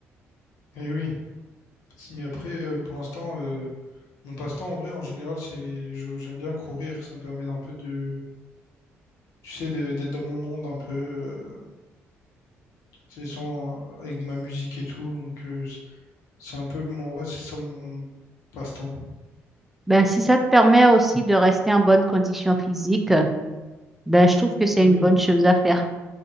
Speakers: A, on the left; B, in the centre.
A: Et oui. Mais après, euh, pour l'instant, euh, mon passe-temps en vrai, en général, c'est je- j'aime bien courir. Ça me permet d'un peu de, tu sais, de- d'être dans mon monde un peu, euh, tu sais, sans avec ma musique et tout. Donc euh, c- c'est un peu mon, ouais, c'est ça mon passe-temps.
B: Ben, si ça te permet aussi de rester en bonne condition physique, euh, ben, je trouve que c'est
A: Et oui,
B: une bonne chose à faire.